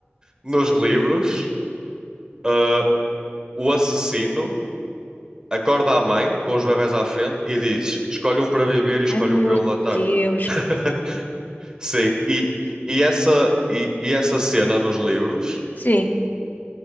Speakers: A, on the right; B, on the left.
A: nos livros. Uh, o assassino acorda a mãe com os bebés à frente e diz: Escolhe um para viver e escolhe
B: Ai, meu
A: um para eu matar.
B: Deus.
A: <laughs> Sim, e, e, essa, e, e essa cena nos livros,
B: Sim,